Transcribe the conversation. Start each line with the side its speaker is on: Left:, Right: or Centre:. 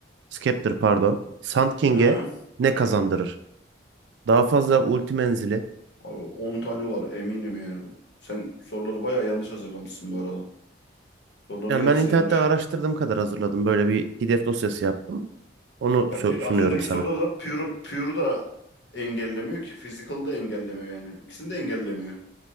Right: Scepter pardon, Sand King'e
Left: He.
Right: ne kazandırır? Daha fazla ulti menzili.
Left: Abi 10 tane var eminim yani bu. Sen soruları bayağı yanlış hazırlamışsın bu arada. Soruların
Right: Yani
Left: yarısı
Right: ben internetten
Left: yanlış.
Right: araştırdığım kadar hazırladım. Böyle bir PDF dosyası yaptım. Onu
Left: Ya
Right: sö-
Left: bir,
Right: sunuyorum
Left: az önceki
Right: sana.
Left: soruda da pure, pure da engellemiyor ki. Physical da engellemiyor yani. İkisini de engellemiyor.